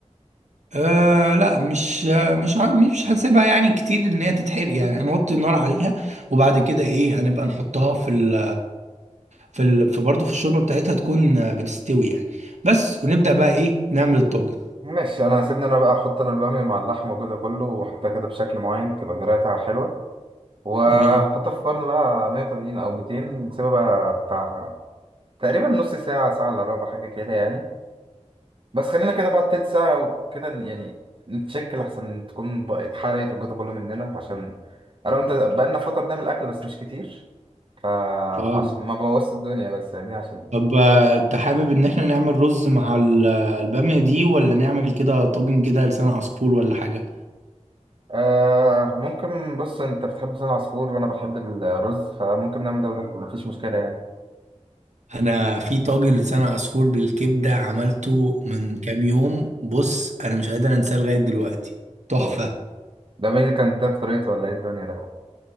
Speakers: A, on the right (about 75°); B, on the right (about 45°).
A: آه لا مش آه، مش عارف- مش هنسيبها يعني كتير ان هي تتحرق يعني هنوطي النار عليها وبعد كده ايه هنبقى نحطها في ال في ال في برضه في الشوربة بتاعتها تكون آه، بتستوي يعني بس ونبدأ بقى ايه نعمل الطاجن
B: ماشي انا سيبني انا بقى احط انا الباميه مع اللحمه وكده كله واحطها كده بشكل معين تبقى طريقتها حلوه وهنحطها
A: اه
B: في الفرن بقى 180 او 200 نسيبها بقى بتاع تقريبا نص ساعه ساعه الا ربع حاجه كده يعني بس خلينا كده بعد تلت ساعة وكده ن- يعني نتشكل أحسن تكون بقى اتحرقت والجو ده كله مننا عشان أنا وأنت بقالنا فترة بنعمل أكل بس مش كتير فعشان
A: امم
B: ما بوظت الدنيا بس يعني عشان إيه.
A: طب آه، انت حابب ان احنا نعمل رز مع ال- البامية دي ولا نعمل كده طاجن كده لسان عصفور ولا حاجة
B: آه ممكن بص أنت بتحب لسان العصفور وأنا بحب الرز فممكن نعمل ده وده مفيش مشكلة يعني
A: انا في طاجن لسان عصفور بالكبدة عملته من كام يوم بص انا مش قادر انساه لغاية دلوقتي تحفة
B: أوف ده مين اللي كان ده بطريقته ولا إيه الدنيا ده